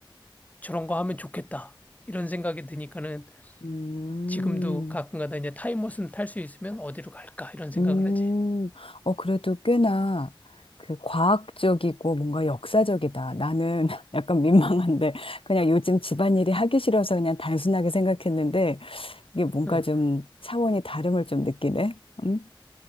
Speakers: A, on the left; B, on the left.
A: 저런 거 하면 좋겠다. 이런 생각이 드니까는
B: 음.
A: 지금도 가끔가다 이제 타임머신 탈 수 있으면 어디로 갈까? 이런 생각을
B: 음,
A: 하지.
B: 어, 그래도 꽤나 그 과학적이고 뭔가 역사적이다. 나는 <laughs> 약간 민망한데 그냥 요즘 집안일이 하기 싫어서 그냥 단순하게 생각했는데 이게 뭔가
A: 응.
B: 좀 차원이 다름을 좀 느끼네. 음?